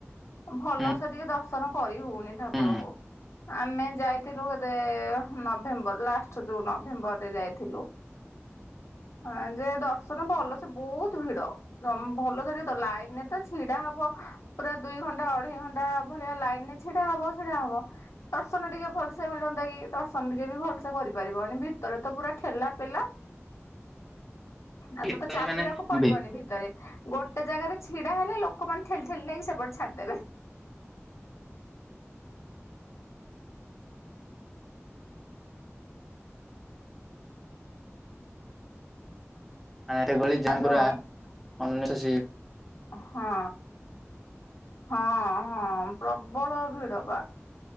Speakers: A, on the left; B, in the centre.
A: ଭଲସେ
B: ହୁଁ
A: ଟିକେ ଦର୍ଶନ କରି ହଉନି ଠାକୁରଙ୍କୁ।
B: ହୁଁ
A: ଆମେ ଯାଇଥିଲୁ ରେ ନଭେମ୍ବର ଲାଷ୍ଟ ଯୋଉ ନଭେମ୍ବରରେ ଯାଇଥିଲୁ। ଆ ଯେ ଦର୍ଶନ ଭଲ ସେ ବୋହୁତ ଭିଡ ଭଲ ସାର ତ ଲାଇନରେ ତ ଛିଡା ହବ ପୁରା ଦୁଇ ଘଣ୍ଟା ଅଢେଇ ଘଣ୍ଟା ଭଳିଆ ଲାଇନ ରେ ଛିଡା ହବ ଛିଡା ହବ ଦର୍ଶନ ଟିକେ ଭଲସେ ମିଳନ୍ତା କି ଦର୍ଶନ ଟିକେ ବି ଭଲସେ କରିପାରିବନି ଭିତରେ ତ ପୁରା ଠେଲା ପେଲା ଆଉ
B: ଭିତରୁ
A: ତତେ ଚାଲିବାକୁ
B: ମାନେ
A: ପଡିବନି
B: ଭିତ
A: ଭିତରେ। ଗୋଟେ ଜାଗାରେ ଛିଡ଼ା ହେଲେ ଲୋକମାନେ ଠେଲି ଠେଲି ନେଇକି ସେପଟେ ଛାଡ଼ିଦେବେ।
B: ନାଇଁରେ ଗୋଳି ଝାମ୍ବୁରା
A: ହ୍ୟାଲୋ
B: ଅନନ୍ୟ
A: ହଁ ହଁ ହଁ ପ୍ରବଳ ଭିଡ ବା।